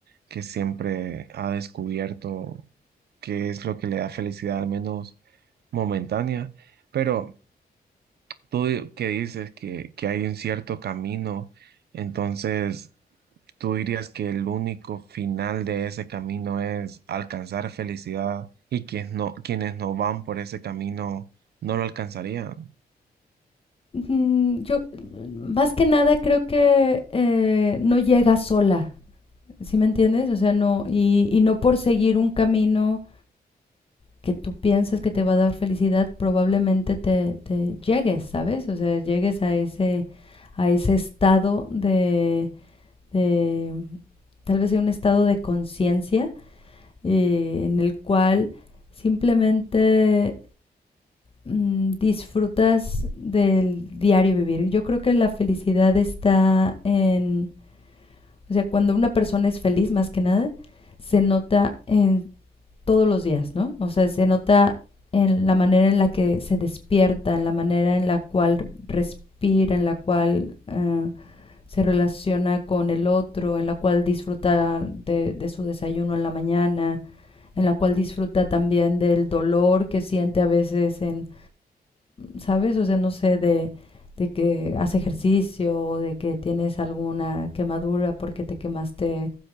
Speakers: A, on the right; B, on the left.
A: que siempre ha descubierto qué es lo que le da felicidad, al menos momentánea. Pero tú di- que dices que, que hay un cierto camino, entonces tú dirías que el único final de ese camino es alcanzar felicidad y quienes no, quienes no van por ese camino no lo alcanzarían.
B: Mm, Yo, mm, más que nada, creo que eh, no llega sola, ¿sí me entiendes? O sea, no, y, y no por seguir un camino que tú piensas que te va a dar felicidad, probablemente te, te llegues, ¿sabes? O sea, llegues a ese, a ese estado de, de tal vez sea un estado de conciencia eh, en el cual simplemente mm, disfrutas del diario vivir. Yo creo que la felicidad está en, o sea, cuando una persona es feliz más que nada, se nota en todos los días, ¿no? O sea, se nota en la manera en la que se despierta, en la manera en la cual respira, en la cual eh, se relaciona con el otro, en la cual disfruta de, de su desayuno en la mañana, en la cual disfruta también del dolor que siente a veces en ¿sabes? O sea, no sé, de, de que haces ejercicio o de que tienes alguna quemadura porque te quemaste